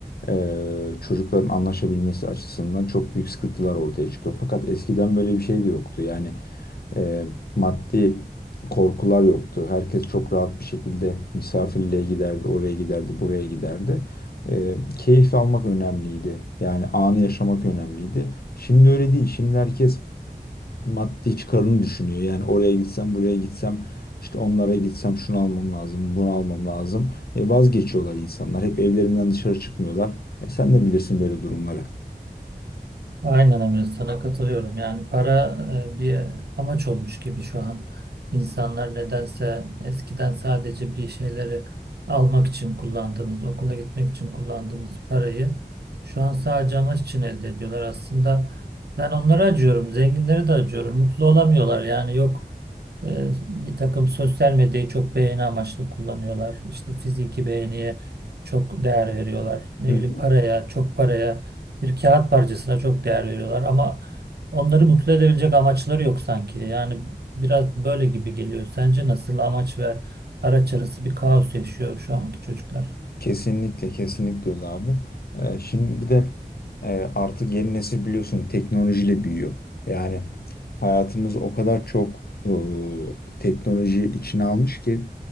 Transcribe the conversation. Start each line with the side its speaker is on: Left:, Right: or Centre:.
Left: e, çocukların anlaşabilmesi açısından çok büyük sıkıntılar ortaya çıkıyor. Fakat eskiden böyle bir şey de yoktu. Yani e, maddi korkular yoktu. Herkes çok rahat bir şekilde misafirliğe giderdi, oraya giderdi, buraya giderdi. E, keyif almak önemliydi. Yani anı yaşamak önemliydi. Şimdi öyle değil. Şimdi herkes maddi çıkarını düşünüyor. Yani oraya gitsem, buraya gitsem, işte onlara gitsem şunu almam lazım, bunu almam lazım. E, vazgeçiyorlar insanlar. Hep evlerinden dışarı çıkmıyorlar. E, sen de bilirsin böyle durumları.
Right: Aynen Emre sana katılıyorum. Yani para e, bir amaç olmuş gibi şu an. İnsanlar nedense eskiden sadece bir şeyleri almak için kullandığımız, okula gitmek için kullandığımız parayı şu an sadece amaç için elde ediyorlar. Aslında ben onlara acıyorum, zenginlere de acıyorum. Mutlu olamıyorlar. Yani yok e, bir takım sosyal medyayı çok beğeni amaçlı kullanıyorlar. İşte fiziki beğeniye çok değer veriyorlar. Ne
Left: Hı.
Right: bileyim paraya, çok paraya bir kağıt parçasına çok değer veriyorlar ama onları mutlu edebilecek amaçları yok sanki. Yani biraz böyle gibi geliyor. Sence nasıl amaç ve araç arası bir kaos yaşıyor şu anki çocuklar?
Left: Kesinlikle kesinlikle öyle abi. Ee, şimdi bir de e, artık yeni nesil biliyorsun teknolojiyle büyüyor. Yani hayatımız o kadar çok e, teknoloji içine almış ki